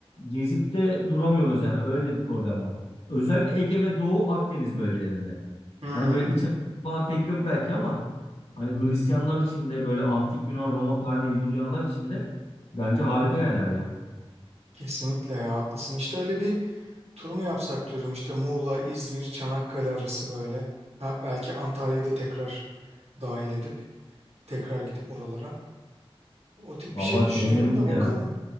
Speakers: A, on the left; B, on the right.
A: Gezip de duramıyoruz yani öyle de bir problem var. Özellikle Ege ve Doğu Akdeniz bölgelerinde.
B: Hmm.
A: Hani böyle iç Anadolu falan pek yok belki ama hani Hristiyanlar için de böyle antik Yunan Roma tarihine ilgi duyanlar için de bence harika yerler ya.
B: Kesinlikle ya haklısın. İşte öyle bir tur mu yapsak diyorum işte Muğla, İzmir, Çanakkale arası böyle. Ha, belki Antalya'yı da tekrar dahil edip tekrar gidip oralara. O tip
A: Vallahi
B: bir şey düşünüyorum
A: denenebilir
B: da bakalım.
A: ya.